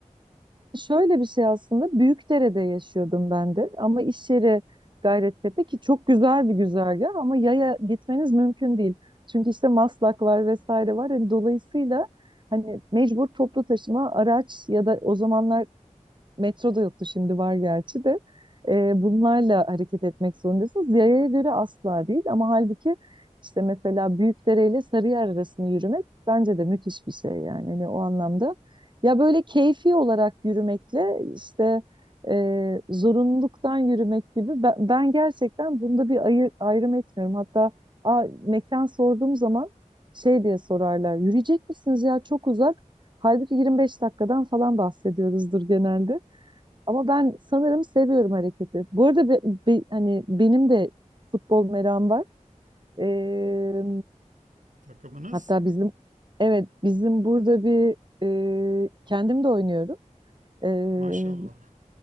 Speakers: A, on the right (about 35°); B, on the right (about 70°).
A: Şöyle bir şey aslında Büyükdere'de yaşıyordum ben de ama iş yeri Gayrettepe ki çok güzel bir güzergah ama yaya gitmeniz mümkün değil. Çünkü işte Maslak var vesaire var. Hani dolayısıyla hani mecbur toplu taşıma araç ya da o zamanlar Metro da yoktu şimdi var gerçi de. Ee, bunlarla hareket etmek zorundasınız. Yayaya göre asla değil ama halbuki işte mesela Büyükdere ile Sarıyer arasını yürümek bence de müthiş bir şey yani. Hani o anlamda ya böyle keyfi olarak yürümekle işte e, zorunluluktan yürümek gibi ben, ben gerçekten bunda bir ayır, ayrım etmiyorum. Hatta a, mekan sorduğum zaman şey diye sorarlar. Yürüyecek misiniz ya çok uzak. Halbuki 25 dakikadan falan bahsediyoruzdur genelde. Ama ben sanırım seviyorum hareketi. Bu arada be- be- hani benim de futbol merakım var. Ee,
B: <laughs> Takımınız
A: hatta bizim evet bizim burada bir e, kendim de oynuyorum. Ee,
B: maşallah.